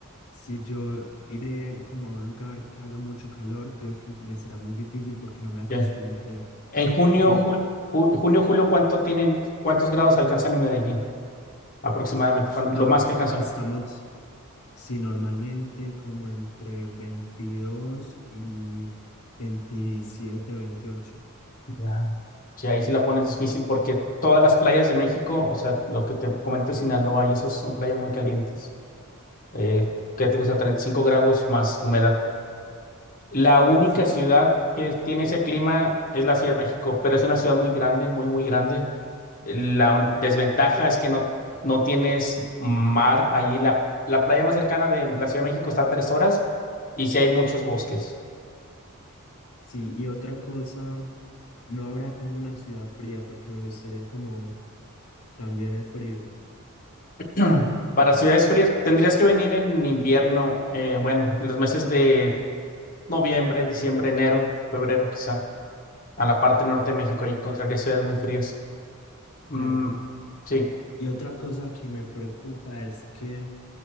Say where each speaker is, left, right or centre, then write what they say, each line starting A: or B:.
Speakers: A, on the left (about 80°); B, on the left (about 40°).
A: si yo iré como a un lugar que haga mucho calor, creo que me será muy difícil porque no me acostumbraré.
B: ya. En junio,
A: Creo,
B: jul- ju- junio, julio, ¿cuánto tienen, cuántos grados alcanzan en Medellín aproximadamente? Cuan-
A: yo
B: Lo más
A: creo
B: que alcanzan.
A: que estamos, si normalmente como entre 22 y 27 veintiocho
B: Ya. Sí, ahí sí la pones difícil porque todas las playas de México, o sea, lo que te comento, Sinaloa, y esas son playas muy calientes. Eh, ¿qué te gusta? treinta y cinco grados más humedad. La única
A: Sí,
B: ciudad que tiene ese clima es la Ciudad de México, pero es una ciudad muy grande, muy, muy grande. La un- desventaja es que no, no tienes mar allí. La, la playa más cercana de la Ciudad de México está a tres horas y sí hay muchos bosques.
A: sí, y otra cosa, no habrá como una ciudad fría porque me gustaría como también el frío,
B: <clears throat> Para ciudades frías, tendrías que venir en invierno, eh, bueno, en los meses de noviembre, diciembre, enero, febrero quizá, a la parte norte de México, ahí encontrarías ciudades muy frías. Mm,
A: claro.
B: sí,
A: Y otra cosa que me preocupa es que